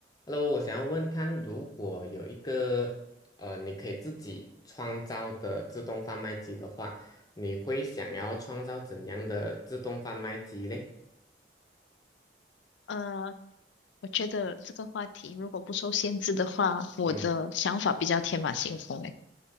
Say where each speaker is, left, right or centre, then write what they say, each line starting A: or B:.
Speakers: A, on the left (about 20°); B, on the left (about 80°).
A: Hello，我想要问看，如果有一个呃，你可以自己创造的自动贩卖机的话，你会想要创造怎样的自动贩卖机嘞？
B: 呃，我觉得这个话题如果不受限制的话，我的想法比较天马行空诶。
A: 嗯，